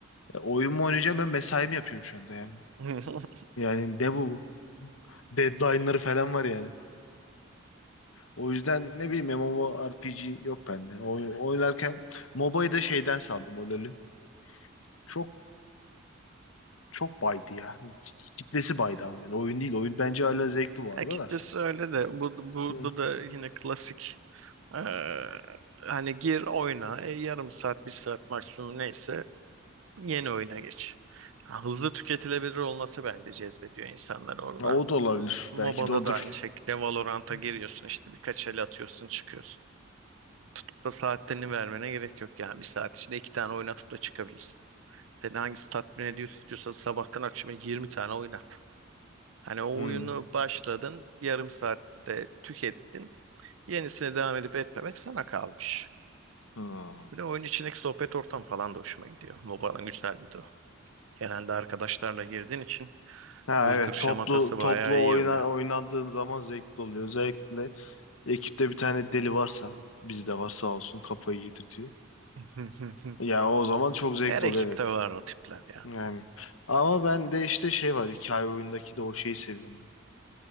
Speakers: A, on the left (about 80°); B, on the right (about 75°).
A: Ya oyun mu oynayacağım ben mesai mi yapıyorum şu anda yani.
B: <laughs>
A: Yani ne bu? Deadline'ları falan var yani. O yüzden ne bileyim MMORPG yok bende. Oy- oynarken MOBA'yı da şeyden saldım o LoL'ü. Çok çok baydı ya. Kitlesi baydı ama yani. Oyun değil. Oyun bence hala zevkli bu arada
B: Açıkçası
A: da.
B: öyle de bu, burada
A: Hı.
B: da yine klasik eee, hani gir oyna e, yarım saat bir saat maksimum neyse Yeni oyuna geç. Ha, Hızlı tüketilebilir olması bence cezbediyor insanları orada.
A: Ya o da olabilir.
B: MOBA'da
A: Belki de odur.
B: da aynı şekilde Valorant'a
A: Hı.
B: giriyorsun işte birkaç el atıyorsun çıkıyorsun. Çok Da saatlerini vermene gerek yok yani bir saat içinde iki tane oynatıp da çıkabilirsin. Seni hangisi tatmin ediyorsa istiyorsa sabahtan akşama 20 tane oynat. Hani o
A: Hı.
B: oyunu başladın yarım saatte tükettin yenisine devam edip etmemek sana kalmış.
A: Hı.
B: Bir de oyun içindeki sohbet ortamı falan da hoşuma gidiyor. MOBA'nın güzelliği de o. Genelde arkadaşlarla girdiğin için
A: Ha
B: Gırgır
A: evet
B: şematası
A: toplu
B: bayağı
A: toplu
B: iyi
A: oyna,
B: oluyor.
A: oynandığın zaman zevkli oluyor. Özellikle ekipte bir tane deli varsa bizde var sağ olsun kafayı yedirtiyor.
B: <laughs>
A: Yani o zaman çok zevkli
B: Her ekipte
A: oluyor evet.
B: var o tipler ya.
A: Yani ama ben de işte şey var hikaye oyundaki de o şeyi seviyorum ben.